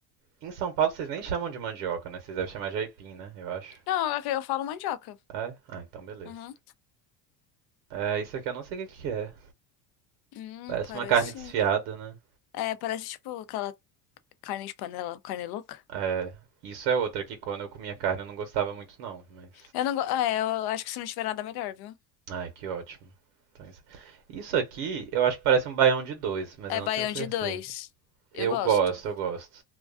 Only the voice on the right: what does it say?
Em São Paulo vocês nem chamam de mandioca, né? Vocês devem chamar de aipim, né? Eu acho.
É? Ah, então beleza.
É, isso aqui eu não sei o que que é.
Parece
uma carne desfiada, né?
É, isso é outra que quando eu comia carne eu não gostava muito não, mas...
Ai, que ótimo. Então, isso... isso aqui eu acho que parece um baião de dois, mas
eu não
tenho certeza.
Eu
gosto, eu gosto.